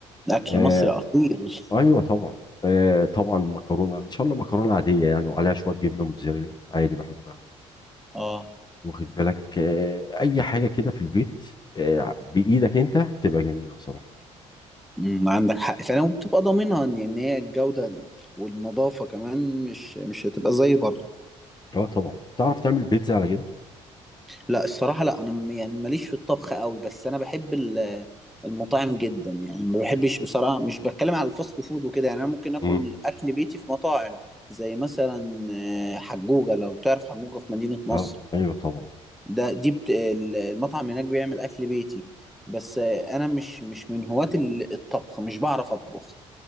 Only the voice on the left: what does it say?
آه،
ايوه طبعا آه طبعا مكرونه ان شاء الله مكرونه عاديه يعني وعليها شويه جبنه موتزاريلا عادي بحبها
واخد بالك آه اي حاجه كده في البيت آه بايدك انت بتبقى جميله بصراحه
اه طبعا تعرف تعمل بيتزا على كده
امم
اه ايوه طبعا